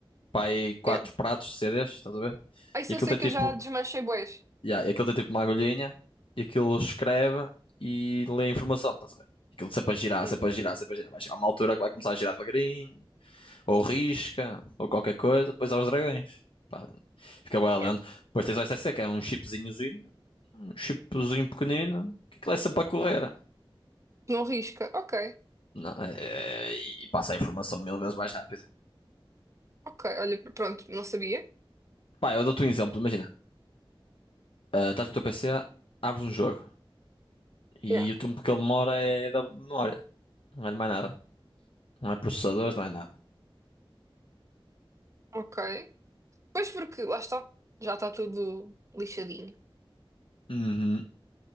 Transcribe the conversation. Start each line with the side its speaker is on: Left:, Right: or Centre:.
Left: Pá, aí quatro
Right: Yeah.
Left: pratos de CDs. Estás a ver?
Right: Ah, isso
Left: E aquilo
Right: eu sei
Left: tem
Right: que
Left: tipo.
Right: eu já desmanchei bués.
Left: Yeah, e aquilo tem tipo uma agulhinha e aquilo escreve e lê a informação, estás a ver? Aquilo sempre a girar,
Right: Hum,
Left: sempre a girar, sempre a girar. Vai chegar uma altura que vai começar a girar devagarinho, ou risca, ou qualquer coisa, depois aos dragões. Pá, fica bem
Right: yeah.
Left: lento. Depois tens o S SSC, que é um chipzinhozinho, um chipzinho pequenino, que aquilo é sempre a correr.
Right: Não risca. Ok,
Left: Não, é- e passa a informação mil vezes mais rápido.
Right: ok. Olha, pr- pronto, não sabia.
Left: Pá, eu dou-te um exemplo, imagina, ah, estás no teu P C abres um jogo
Right: Yeah.
Left: e o tempo que ele demora é da memória, não é de mais nada. Não é processadores, não é nada.
Right: Ok. Pois porque, lá está, já está tudo lixadinho.
Left: Uhum.